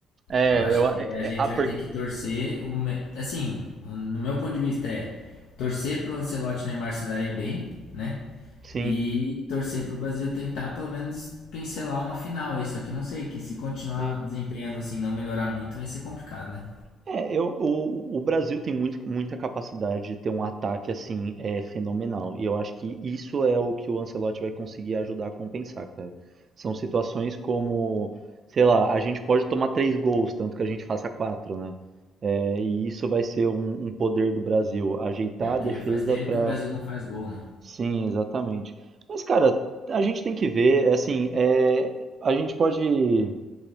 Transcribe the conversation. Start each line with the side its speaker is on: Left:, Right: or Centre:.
Right: É,
Left: Eu acho
Right: eu.
Left: que
Right: É,
Left: é,
Right: é,
Left: a gente
Right: ah,
Left: vai
Right: porque,
Left: ter que torcer o me- assim, no meu ponto de vista é torcer pro Ancelotti e Neymar se darem bem, né?
Right: sim,
Left: E torcer pro Brasil tentar pelo menos pincelar uma final aí, só que não sei que se continuar
Right: sim.
Left: desempenhando assim, não melhorar muito, vai ser complicado, né?
Right: é, eu, o, o Brasil tem muito, muita capacidade de ter um ataque assim é, fenomenal. E eu acho que isso é o que o Ancelotti vai conseguir ajudar a compensar, cara. São situações como, sei lá, a gente pode tomar três gols, tanto que a gente faça quatro, né? É, e isso vai ser um, um poder do Brasil, ajeitar
Left: É porque
Right: a defesa
Left: faz tempo
Right: pra.
Left: que o Brasil não faz gol, né?
Right: Sim, exatamente. Mas, cara, a gente tem que ver, é assim, é, a gente pode